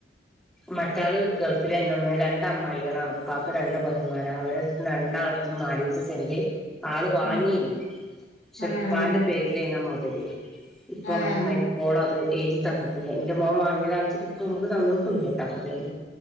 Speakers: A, in the centre; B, on the left (about 85°).
A: മറ്റാള് ഗൾഫിലായിന്നു അന്ന് രണ്ടമ്മായേളാണ് ഇപ്പാക്ക് രണ്ട് പൊങ്ങന്മാര അവരടത്ത് <unintelligible> ങ്ങളട്ത്തും നാലീച്ച സെൻ്റ് ആള് വാങ്ങീനി
B: ഉം
A: പക്ഷെപ്പാന്റെ
B: ആഹ്
A: പേരിലേന്നാ മുതല് ഇപ്പൊ നമ്മക്ക്
B: ആഹ്
A: മരിക്കോളത് എയ്തി തന്നിട്ടില്ല. ഇന്റെ മോൻ വാങ്ങിയതാണിച്ചിട്ട് ഇപ്പ നമുക്ക് തന്നിട്ടൂല്ല ട്ടോ മുതല്